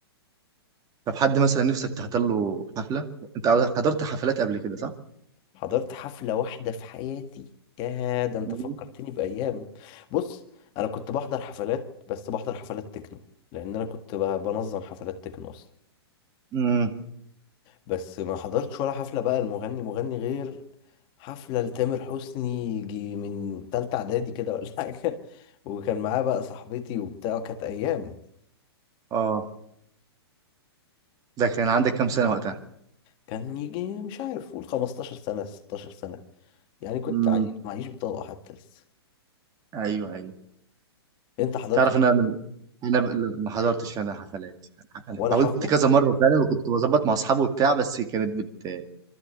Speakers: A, on the right; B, on the left.
A: طب حد مثلا نفسك تحضر له حفله انت حضرت حفلات قبل كده صح
B: حضرت حفلة واحدة في حياتي يا ده انت
A: امم
B: فكرتني بأيام بص انا كنت بحضر حفلات بس بحضر حفلات تكنو لان انا كنت ب- بنظم حفلات تكنو اصلا
A: امم
B: بس ما حضرتش ولا حفلة بقى المغني مغني غير حفلة لتامر حسني يجي من تالتة اعدادي كده ولا حاجة <laughs> وكان معاه بقى صاحبتي وبتاع كانت ايام
A: اه ده كان عندك كام سنه وقتها
B: كان يجي مش عارف قول 15 سنة 16 سنة يعني كنت
A: امم
B: عايش معيش بطاقة حتى لسه
A: ايوه ايوه
B: انت حضرت
A: تعرف
B: حفلة
A: ان انا انا ب- ما حضرتش انا حفلات انا
B: ولا
A: حاولت
B: حفلة
A: كذا مره وفعلا وكنت بظبط مع اصحابي وبتاع بس كانت بت-